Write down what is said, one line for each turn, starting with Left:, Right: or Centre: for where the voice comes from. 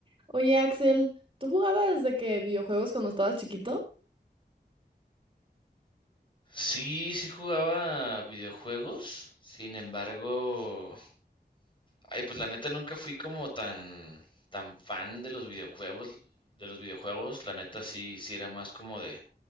Right: Oye, Axel, ¿tú jugabas de que videojuegos cuando estabas chiquito?
Left: Sí, sí jugaba videojuegos. Sin embargo, ay, pues la neta nunca fui como tan tan fan de los videojuegos, de los videojuegos. La neta sí sí era más como de